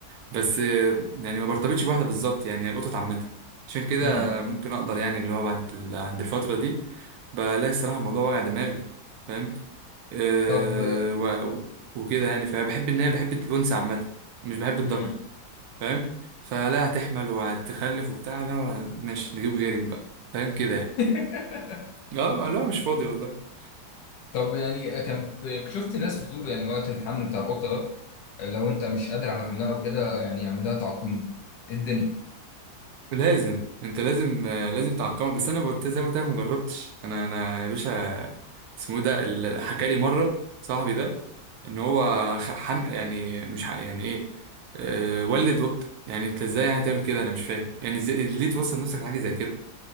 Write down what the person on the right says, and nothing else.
بس يعني ما برتبطش بواحدة بالظبط يعني هي القطط عامة عشان كده
ممكن اقدر يعني اللي هو بعد ال- عند الفترة دي بلاقي الصراحة الموضوع وجع دماغ فاهم آه،
و- وكده يعني فبحب ان هي بحب الانثى عامه مش بحب الذكر
فاهم فلا هتحمل وهتخلف وبتاع لا ماشي نجيب غيرك بقى فاهم كده يعني
اه لا مش فاضي والله
لازم انت لازم آه، لازم تعقمها بس انا قلت زي ما قلت لك ما جربتش انا انا يا باشا اسمه إيه ده ال- حكى لي مره صاحبي ده ان هو خ- حم يعني مش حق يعني ايه آه، ولد قطه يعني انت ازاي يعني تعمل كده انا مش فاهم يعني ازاي ليه توصل نفسك لحاجه زي كده